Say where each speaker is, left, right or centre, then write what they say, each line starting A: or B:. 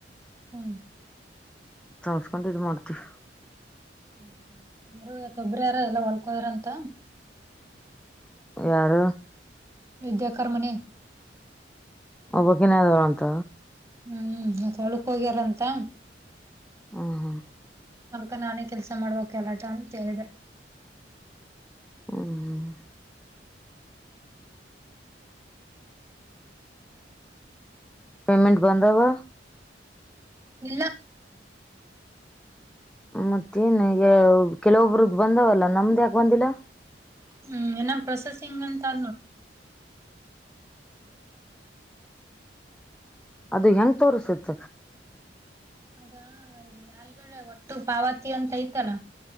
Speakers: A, on the right; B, in the centre.
A: ಹ್ಮ್
B: ತಮಸ್ಕೊಂಡು ಇದ್ ಮಾಡ್ತಿೀವಿ
A: ಹ್ಮ ಯಾರು ಯತ್ತೊಬ್ಬ್ರ ಯಾರ ಎಲ್ಲ ಹೊಳ್ಕದಾರಂತ
B: ಯಾರು
A: ಯುದ್ಧಕರ್ಮನೆ
B: ಒಬ್ಬಕ್ಕನ್್ದಳ ಅಂತ
A: ಹ್ಮ್ ಮತ್ತ ಹೊಳಕ್ ಹೋಗ್ಯಾರಂತ
B: ಹಾ ಹಾ
A: ಅದಕ್ಕ ನಾನೇ ಕೆಲ್ಸ ಮಾಡ್ಬೇಕಕ್ ಎಲ್ಲಾಟ ಅಂತ ಹೇಳ್ದ
B: ಹ್ಮ್ ಪೇಮೆಂಟ್ ಬಂದ ವಾ
A: ಇಲ್ಲ
B: ಮತ್ತೇನ್ ಈಗ ಕೆಲವೊಬ್ರದ ಬಂದವಲ್ಲ ನಮ್ದ್ಯಾಾಕೆ ಬಂದಿಲ್ಲ
A: ಹ್ಮ್ ಎನ್ನ ಪೊಸಸಿಂಗ್ಂತೋ
B: ಅದು ಹೆಂಗ ತೋಸುತ್ತ
A: ಅದಾ ಇದು ಮ್ಯಾಲ್ಗಡೆ ಒಟ್ಟು ಪಾವತಿ ಅಂತ ಐತಲ್ಲ